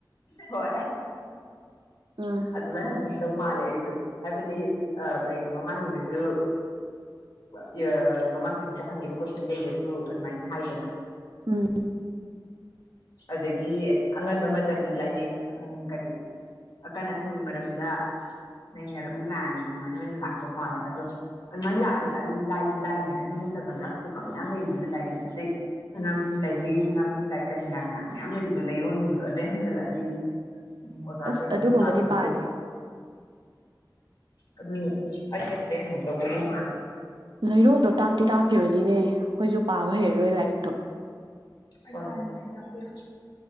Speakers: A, on the left; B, on the right.
A: ꯍꯣꯏ <unintelligible>
B: ꯎꯝ
A: ꯑꯗꯨꯃꯥꯏꯅ ꯍꯪꯉꯛꯇꯧ ꯃꯥꯜꯂꯦ ꯑꯩꯁꯨ ꯍꯥꯏꯕꯗꯤ ꯀꯩꯅꯣ ꯃꯃꯥꯡꯒꯤꯗꯁꯨ ꯌꯥ ꯃꯃꯥꯡ ꯆꯍꯤꯗ ꯍꯪꯈꯤꯕ ꯀꯣꯏꯁꯟꯈꯩꯗꯁꯨ ꯑꯗꯨꯃꯥꯏꯅ ꯍꯥꯏꯗꯅ
B: ꯎꯝ
A: ꯑꯗꯒꯤ ꯑꯉꯟꯕ ꯃꯇꯝꯒꯤ ꯂꯥꯏꯔꯤꯛ ꯑꯪ ꯀꯔꯤ ꯑꯀꯟ ꯑꯊꯧꯒꯤ ꯃꯔꯝꯗ ꯅꯪ ꯌꯥꯔꯛꯎ ꯀꯥꯏꯅ ꯑꯗꯨꯃꯥꯏꯅ ꯑꯣꯏꯅ ꯂꯥꯛꯇꯧ ꯃꯥꯜꯂꯦ ꯑꯗꯣ ꯑꯗꯨꯃꯥꯏꯅ ꯂꯥꯛꯑꯗꯤ ꯑꯟ ꯂꯥꯏꯗꯤ ꯂꯥꯏꯅꯤ ꯑꯗꯨ ꯅꯠꯇꯕꯗ ꯑꯇꯣꯞꯄ ꯃꯌꯥꯝ ꯂꯩꯔꯤꯗꯅ ꯂꯥꯏꯔꯤꯛ ꯑꯇꯩ ꯁꯅꯥꯃꯍꯤ ꯂꯥꯏꯍꯣꯔꯤ ꯁꯅꯥꯃꯍꯤ ꯂꯥꯏꯀꯟ ꯀꯥꯏꯅ ꯃꯌꯥꯝ ꯂꯩꯕꯗꯣ ꯂꯩꯔꯣꯟꯒꯨꯝꯕꯗꯣ ꯑꯗꯨꯗꯩ ꯍꯡꯖꯜꯂꯛꯑꯗꯤ ꯎꯝ ꯑꯣꯖꯒꯩꯅ
B: ꯑꯁ ꯑꯗꯨꯒꯨꯝꯕꯗꯤ
A: ꯇꯥꯛꯄꯖꯨ
B: ꯄꯥꯗꯦ
A: ꯑꯗꯨꯅꯤ ꯑꯩꯁꯦ ꯑꯗꯨꯗꯩ ꯍꯪꯉꯛꯇꯧꯕꯕꯨ ꯃꯥꯜꯂꯤ
B: ꯂꯩꯔꯣꯟꯗꯣ ꯇꯥꯛꯇꯤ ꯇꯥꯛꯈꯤꯕꯅꯤꯅꯦ ꯑꯩꯈꯣꯏꯁꯨ ꯄꯥꯕ ꯍꯩꯔꯔꯣꯏ ꯂꯥꯏꯔꯤꯛꯇꯣ
A: ꯍꯣꯏ ꯑꯩꯖꯨ ꯄꯥꯅꯤꯡꯉꯦ ꯑꯩꯖꯨ ꯇꯥꯛꯄꯤꯌꯣ